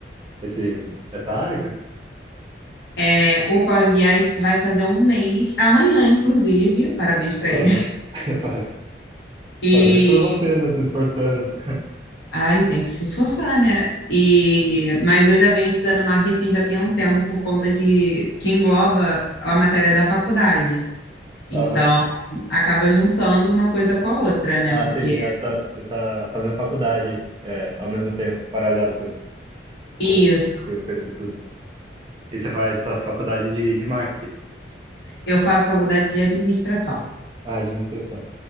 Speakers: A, on the right; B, on the left.
A: esse, essa área?
B: É, o Power BI vai fazer um mês, amanhã inclusive, parabéns para
A: Aham.
B: ele.
A: <laughs> Parabéns,
B: E
A: parabéns para você, né? Se esforçando.
B: ai, tem que se esforçar, né? E mas eu já venho estudando marketing já tem um tempo por conta de que engloba a matéria da faculdade. Então,
A: Aham.
B: acaba juntando uma coisa com a outra, né?
A: Ah,
B: Porque
A: entendi. Ah, você tá, você tá fazendo faculdade é, ao mesmo tempo, paralelo com,
B: isso,
A: com, com esse estudo. E você faz fa- faculdade de, de marketing.
B: Eu faço faculdade de administração.
A: Ah, administração.